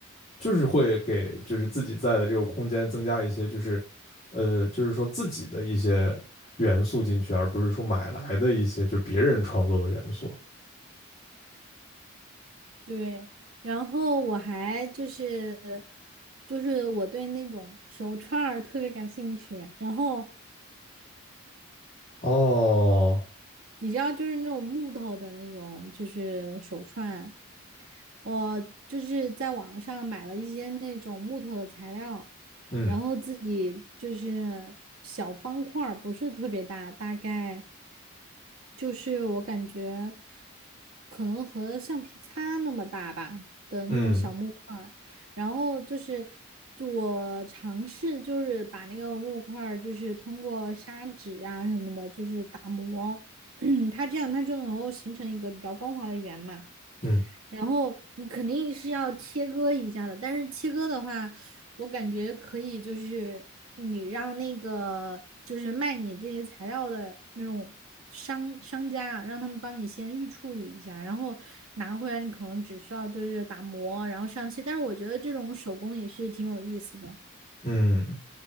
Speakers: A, on the left (about 30°); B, on the right (about 85°).
A: 就是会给就是自己在的这个空间增加一些，就是呃，就是说自己的一些元素进去，而不是说买来的一些就别人创作的元素。
B: 对，然后我还就是就是我对那种手串儿特别感兴趣，然后
A: 哦，
B: 你知道，就是那种木头的那种，就是手串。我就是在网上买了一些那种木头的材料，
A: 嗯
B: 然后自己就是小方块儿不是特别大，大概就是我感觉可能和橡皮擦那么大吧的那种小木块儿然后就是，
A: 嗯。
B: 就我尝试就是把那个木块儿就是通过砂纸啊什么的，就是打磨。<clears throat> 它这样它就能够形成一个比较光滑的圆嘛。
A: 嗯
B: 然后你肯定是要切割一下的，但是切割的话，我感觉可以，就是你让那个就是卖你这些材料的那种商商家啊让他们帮你先预处理一下，然后拿回来你可能只需要就是打磨，然后上漆。但是我觉得这种手工也是挺有意思的。
A: 嗯，